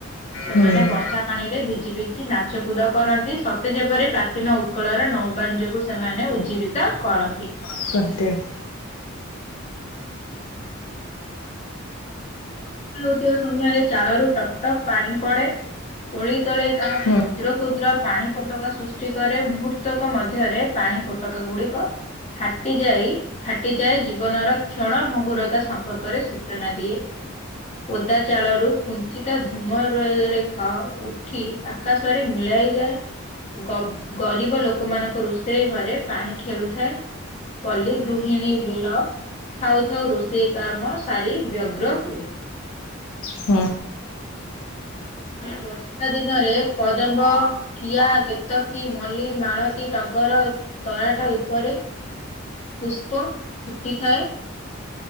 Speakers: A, on the left; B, on the left.
A: ସେମାନେ
B: ହୁଁ
A: ବର୍ଷା ପାଣି ରେ ଭିଜି ଭିଜି ନାଚ କୁଦ କରନ୍ତି ସତେ ଯେପରି ପ୍ରା ଚୀନ ଉତ୍କଳର ନୌବାଣିଜ୍ୟକୁ ସେମାନେ ଉଜ୍ଜୀବିତ କରନ୍ତି।
B: <unintelligible>
A: ବର୍ଷା ହଉଥିବା ସମୟରେ ଚାଳରୁ ଟପ୍ ଟପ୍ ପାଣି ପଡେ। ଓଳି ତଳେ ତାହା
B: ହୁଁ
A: କ୍ଷୁଦ୍ର କ୍ଷୁଦ୍ର ପାଣି ଫଟକା ସୃଷ୍ଟି କରେ ମୁହୂ ର୍ତ୍ତକ ମଧ୍ୟରେ ପାଣି ଫୋଟକା ଗୁଡିକ ଫାଟିଯାଇ ଫାଟିଯାଏ ଜୀବନର କ୍ଷଣ ଭଙ୍ଗୁରତା ସମ୍ପର୍କରେ ସୂଚନା ଦିଏ। ଓଦା ଚାଳରୁ କୁଞ୍ଚିତ ଧୂମରେ-ରେଖ ଉଠି ଆକାଶରେ ମିଳାଇଯାଏ। ଗ-ଗରିବ ଲୋକମାନଙ୍କ ରୋଷେଇ ଘରେ ପାଣି ଖେଳୁଥାଏ। ପଲ୍ଲି ଗୃହିଣୀ ବିଳ ଥାଉ ଥାଉ ରୋଷେଇ କାମ ସାରି ବ୍ୟଗ୍ର ହୁଏ।
B: ହୁଁ।
A: ଏ ବର୍ଷା ଦିନରେ କଦମ୍ବ କିଆ, କେତକୀ, ମଲ୍ଲି, ମାଳତୀ, ଟଗର, ତରାଟ ଉପରେ ପୁଷ୍ପ ଫୁଟିଥାଏ।